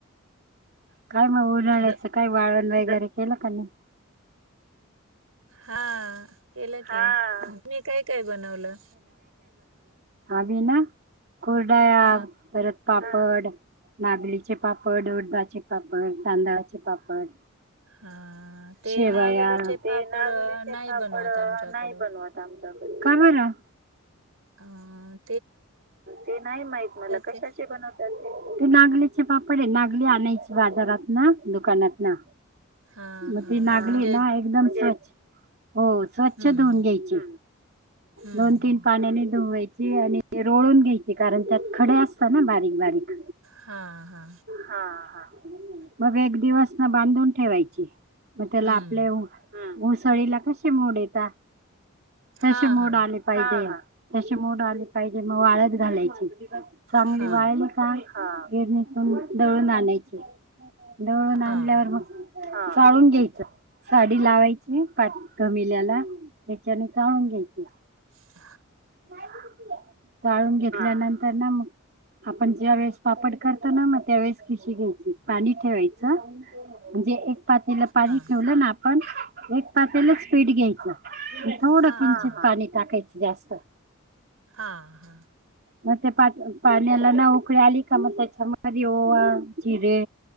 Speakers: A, on the right; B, on the right.
A: काय मग? उन्हाळ्याच
B: द
A: काय वाळण वगैरे? हे केल् काय नाही
B: हा केलं
A: हा
B: की? मी काय काय बनवलं.
A: आणि ना? कुरडया,
B: हा
A: परत पापड, नागलीचे पापड, उडदाचे पापड तांदळाचे पापड
B: हा. ते
A: शेवाया,
B: नागोलीचे
A: तेनागुलीचे
B: पापड अ, नाही
A: पापड
B: बनवत आमच्याकडं.
A: नाही बनवत आमच्या ह
B: ह
A: ते नाही माहित मला कशाचे
B: ते
A: बनवतात ते नागलीचे पापड आहे नागली आणाय बाजारात ना दुकानात ना
B: हा
A: मग
B: हा
A: ती नागली
B: म्हणजे
A: ना एकदम स्वच हो स्वच्छ
B: हम्म
A: धुवून घ्यायची
B: हम्म
A: दोन
B: हम्म
A: तीन पाण्याने धुवायची आणि ते रोळून घ्यायचे कारण त्यात खडे असतात ना बारीक बारीक
B: हा हा
A: हा हा. मग एक दिवस ना बांधून ठेवायची मग त्याला
B: हम्म
A: आपले मुसळीला कसे मोड येत कसे
B: हा
A: मोड
B: हा
A: आले पाहिजे तशी मोड आली पाहिजे मग वाळत घालायची चांगली
B: हा
A: वाळली काय गिरणी दळून आणायचे दवळून आणल्यावर
B: हा हा
A: मग चाळून घ्यायचं साडी लावायची पा कमिल्याला त्याच्याने चाळून घ्यायचे
B: ह
A: जाचाळून घेतल्यानंतर ना मग आपण ज्या वेळेस पापड करतो ना मग त्यावेेळेस खिशी घ्यायची पाणी ठेवायचं म्हणजे एक चपातीला पाणी
B: हा.
A: ठेवलं ना आपण एक चपात्यालाच पीड घ्यायचं थोडं
B: हां,
A: किंचित
B: हां.
A: पाणी टाकायचं जास्त
B: हा हा
A: म पा पाणीला न उकळी आली का म चमारी होओवा जिरे